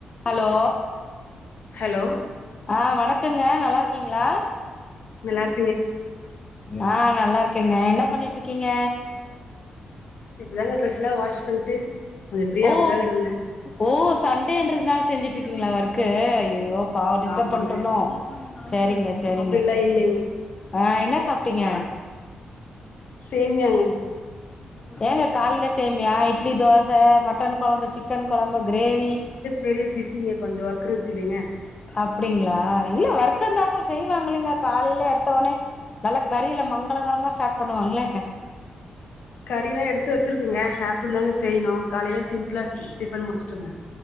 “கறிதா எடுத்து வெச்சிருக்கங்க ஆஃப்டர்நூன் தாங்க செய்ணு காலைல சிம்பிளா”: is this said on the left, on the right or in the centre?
Left